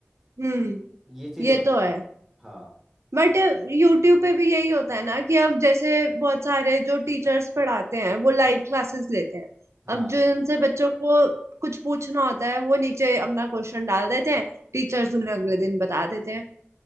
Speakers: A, on the right; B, in the centre.
A: हम्म
B: ये चीज़
A: ये
B: होती
A: तो
B: है
A: है
B: हाँ
A: बट यूट्यूब पे भी यही होता है ना कि अब जैसे बहुत सारे जो टीचर्स पढ़ाते हैं वो लाइव क्लासेस लेते हैं
B: हाँ
A: अब जो इनसे बच्चों को कुछ पूछना होता है वो नीचे अपना क्वेश्चन डाल देते हैं टीचर्स उन्हें अगले दिन बता देते हैं